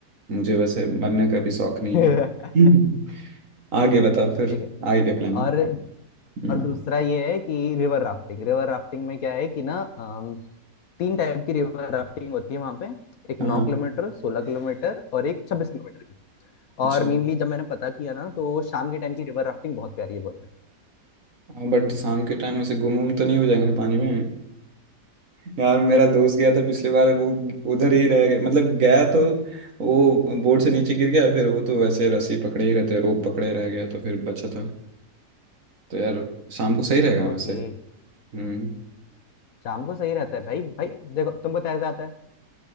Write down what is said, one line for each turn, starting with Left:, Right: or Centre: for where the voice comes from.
Right: मुझे वैसे मरने का भी शौक नहीं
Left: <laughs>
Right: है <laughs> आगे बताओ फिर
Left: ठीक है
Right: आगे क्या प्लान है
Left: और
Right: हम्म,
Left: और दूसरा ये है कि रिवर राफ्टिंग रिवर राफ्टिंग में क्या है कि ना अम, तीन टाइप की रिवर राफ्टिंग होती है वहां पे एक
Right: हाँ
Left: नौ
Right: हाँ
Left: किलोमीटर सोलह किलोमीटर और एक छब्बीस किलोमीटर की
Right: अच्छा
Left: और मेनली जब मैंने पता किया ना तो शाम के टाइम की रिवर राफ्टिंग बहुत प्यारी है बोल रहे
Right: हाँ बट शाम के टाइम ऐसे गुम गुम तो नहीं हो जाएंगे ना पानी में यार मेरा दोस्त गया था पिछली बार वो उधर ही रह गया मतलब गया तो वो बोर्ड से नीचे गिर गया फिर वो तो वैसे रस्सी पकड़े ही रहते रोप पकड़े रह गया तो फिर बचा था तो यार शाम को सही रहेगा
Left: हैं।
Right: ना वैसे
Left: ओके
Right: हम्म
Left: शाम को सही रहता है भाई भाई देखो तुमको तैरते आता है